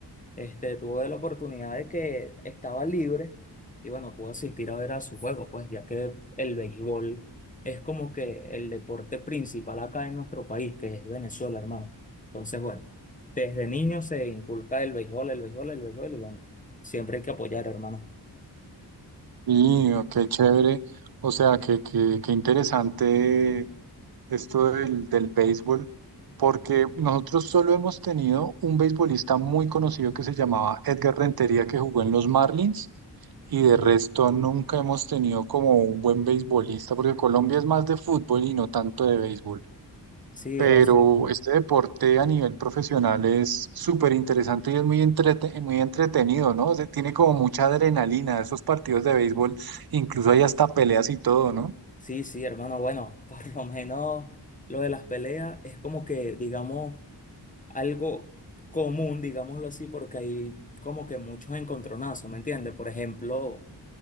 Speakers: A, on the left; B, on the right.
A: Este, tuve la oportunidad de que estaba libre y bueno, pude asistir a ver a su juego, pues ya que el béisbol es como que el deporte principal acá en nuestro país, que es Venezuela, hermano. Entonces, bueno, desde niño se inculca el béisbol, el béisbol, el béisbol y bueno, siempre hay que apoyar, hermano.
B: Y oh, qué chévere. O sea, qué, qué qué interesante esto del, del béisbol, porque nosotros solo hemos tenido un beisbolista muy conocido que se llamaba Edgar Rentería, que jugó en los Marlins, y de resto nunca hemos tenido como un buen beisbolista, porque Colombia es más de fútbol y no tanto de béisbol.
A: Sí,
B: Pero
A: bro, sí.
B: este deporte a nivel profesional es súper interesante y es muy, entrete- muy entretenido, ¿no? O sea, tiene como mucha adrenalina, esos partidos de béisbol, incluso hay hasta peleas y todo, ¿no?
A: Sí, sí, hermano, bueno, <laughs> por lo menos lo de las peleas es como que, digamos, algo común, digámoslo así, porque hay como que muchos encontronazos, ¿me entiendes? Por ejemplo,